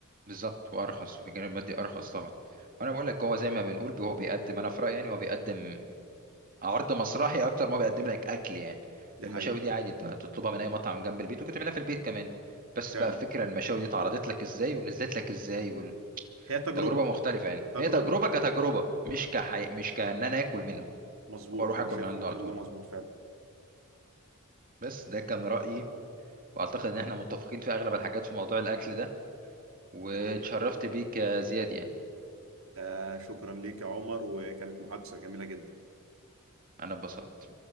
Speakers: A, on the right (about 40°); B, on the right (about 65°).
A: بالظبط وأرخص وفي الجانب المادي أرخص طبعا وأنا بقول لك هو زي ما بنقول هو بيقدم أنا في رأيي يعني هو بيقدم عرض مسرحي اكتر ما بيقدم لك اكل يعني
B: دي
A: المشاوي
B: حقيقه
A: دي عادي انت تطلبها من اي مطعم جنب البيت ممكن تعملها في البيت كمان بس
B: فعلا
A: بقى فكرة المشاوي دي اتعرضت لك ازاي ونزلت لك ازاي والتجربة
B: هي تجربه
A: مختلفة يعني
B: تجربه
A: هي تجربة كتجربة مش كحي... مش كأن انا اكل منه
B: مظبوط
A: او اروح
B: انا
A: اكل
B: شايف
A: من عنده
B: ان الكلام
A: على طول
B: ده مظبوط فعلا
A: بس ده كان رأيي واعتقد ان احنا متفقين في اغلب الحاجات في موضوع الاكل ده واتشرفت
B: دي حقيقه
A: بيك يا زياد يعني
B: آه شكرا ليك يا عمر وكانت محادثة جميلة جدا
A: انا اتبسطت